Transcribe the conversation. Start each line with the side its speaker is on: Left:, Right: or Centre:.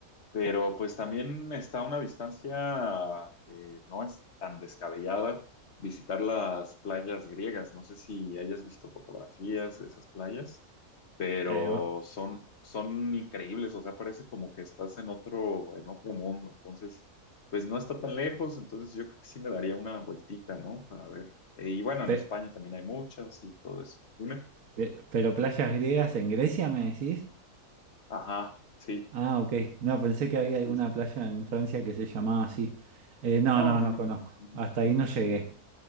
Left: pero pues también está a una distancia que no es tan descabellada visitar las playas griegas. No sé si hayas visto fotografías de esas playas, pero
Right: Eh, o-
Left: son, son increíbles, o sea, parece como que estás en otro, en otro mundo. Entonces, pues no está tan lejos, entonces yo creo que sí me daría una vueltita, ¿no? Para ver. Y bueno,
Right: pe-
Left: en España también hay muchas y todo eso. Dime.
Right: pe- pero playas griegas en Grecia, ¿me decís?
Left: Ajá, sí,
Right: Ah, ok. No, pensé que había alguna
Left: sí, sí, sí.
Right: playa en Francia que se llamaba así. Eh, no,
Left: No,
Right: no,
Left: no,
Right: no
Left: no.
Right: conozco.
Left: Ujú,
Right: Hasta ahí no llegué.
Left: ujú.